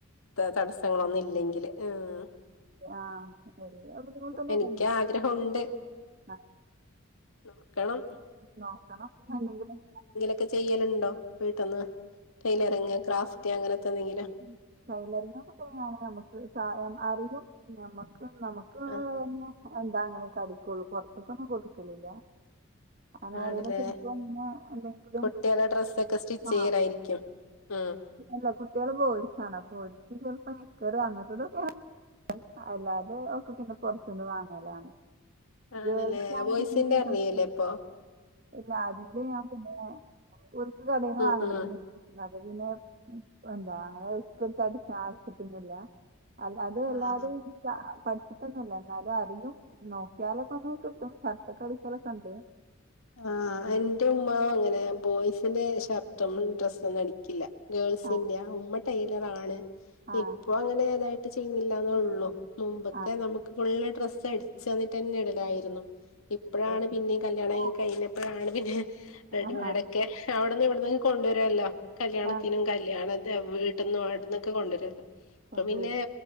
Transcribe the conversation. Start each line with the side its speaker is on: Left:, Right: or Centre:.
Left: ത തടസ്സങ്ങളൊന്നും ഇല്ലെങ്കില് ആഹ്
Right: ആഹ് വല്യ ബുദ്ധിമുട്ടൊന്നും
Left: എനിക്ക്
Right: ഇല്ലല്ലേ
Left: ആഗ്രഹമുണ്ട്
Right: ആഹ്
Left: നോക്കണം
Right: നോക്കണം അല്ലെങ്കിലും
Left: ഒക്കെ ചെയ്യലുണ്ടോ വീട്ട്ന്ന് ടൈലറിങ് ക്രാഫ്റ്റ് അങ്ങനത്തെ എന്തെങ്കിലും
Right: ഉം ടൈലറിങ്ങൊക്കെ തുടങ്ങാന് നമ്മുക്ക് സ യമ്മ് അറിയും നമ്മക്ക് നമ്മുക്ക്ള്ളതന്നെ
Left: ആഹ്
Right: എന്താ അങ്ങനെക്കടിക്കുള്ളൂ പുറത്തേക്കൊന്നും കൊടുക്കലില്ല അങ്ങനെ
Left: ആണില്ലേ
Right: ആരെങ്കിലും ചിലപ്പോ ഇങ്ങനെ എന്തെങ്കിലും
Left: കുട്ടികളെ ഡ്രെസ്സൊക്കെ സ്റ്റിച്ച്
Right: ആഹ്
Left: ചെയ്യലായിരിക്കും ഉം
Right: അല്ല കുട്ടികള് ബോയിസാണ് അപ്പൊ ഓരിക്ക് ചെല്പ്പോ നിക്കറ് അങ്ങത്തതൊക്കെ ങ്ങ അല്ലാ അത് ഒക്കെ പിന്നെ പൊറത്തുന്ന് വാങ്ങലാണ്
Left: ആണല്ലേ
Right: ഗേൾസ് ആണെന്നുണ്ടെങ്കിൽ
Left: ബോയ്സിന്റ അർണിയല്ലേ അപ്പൊ
Right: ഇല്ല ആതില് ഞാൻ പിന്നെ ഇവർക്ക് കടെന്ന്
Left: ഉം
Right: വാങ്ങല്
Left: ഉം
Right: <unintelligible> അത് പിന്നെ ഉം എന്താ അങ്ങനെ കൃത്യായിട്ട് ശാസിച്ചിട്ടൊന്നുല്ല അല്ല അത് അല്ലാതെ
Left: ആഹ്
Right: പിന്നെ ജാ പന് കിട്ടുന്നില്ല എന്നാലും അറിയും നോക്കിയാലൊക്കെ ഒന്ന് കിട്ടും ഷർട്ടൊക്കെ അടിക്കലൊക്കെ ഉണ്ട്
Left: ആഹ് എന്റെ ഉമ്മാ അങ്ങനെ ബോയ്സിന്റെ ഷർട്ടും ഡ്രസ്സൊന്നും അടിക്കില്ല ഗേൾസിന്റെയാ
Right: ആ
Left: ഉമ്മ ടൈയിലറാണ്
Right: ആ
Left: ഇപ്പൊ അങ്ങനെ ഏതായിട്ട് ചെയ്യുന്നില്ലാന്നെ ഉള്ളു മുമ്പൊക്കെ
Right: ആ
Left: നമുക്ക് ഫുള്ള് ഡ്രസ്സ് അടച്ച് തന്നിട്ട് തന്നെ ഇടലായിരുന്നു ഇപ്പഴാണ്
Right: ഇടലായിരുന്നു
Left: പിന്നേം കല്യാണക്ക
Right: ആ
Left: കഴിഞ്ഞപ്പഴാണ് പിന്നെ റെഡിമെഡ്
Right: ആ ആ
Left: ഒക്കെ അവിടുന്നും ഇവിടുന്നക്കെ കൊണ്ടുവരുവല്ലോ കല്യാണത്തിനും
Right: ആ
Left: കൽ ല്യാണത്തി വീട്ടിന്നും അവിടുന്നൊക്കെ കൊണ്ടുവരവല്ലോ അപ്പൊ
Right: കൊണ്ടുവരും
Left: പിന്നെ